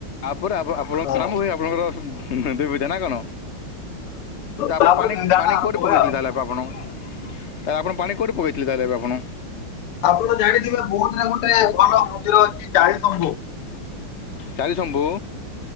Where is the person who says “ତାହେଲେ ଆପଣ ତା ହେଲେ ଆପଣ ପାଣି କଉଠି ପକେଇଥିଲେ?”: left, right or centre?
Left